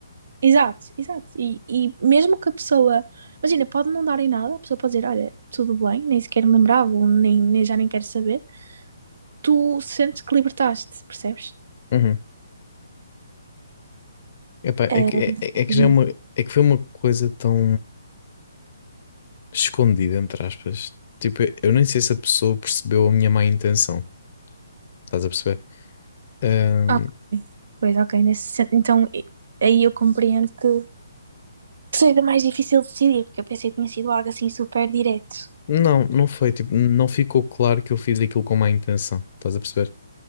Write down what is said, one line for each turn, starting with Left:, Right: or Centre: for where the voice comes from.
Right: Exato, exato. E, e mesmo que a pessoa, imagina, pode não dar em nada, a pessoa pode dizer, olha, tudo bem, nem sequer me lembrava, ou nem, nem já nem quero saber, tu sentes que libertaste, percebes?
Left: Uhum. Epá,
Right: Ah,
Left: é que, é, é que
Right: uhum.
Left: já é uma. É que foi uma coisa tão escondida, entre aspas. Tipo, eu nem sei se a pessoa percebeu a minha má intenção. Estás a perceber? Ahm,
Right: Ok. Pois, ok, nesse sen- então e- aí eu compreendo que seja mais difícil decidir, porque eu pensei que tinha sido algo assim super direto.
Left: não, não foi. Tipo, não ficou claro que eu fiz aquilo com má intenção. Estás a perceber?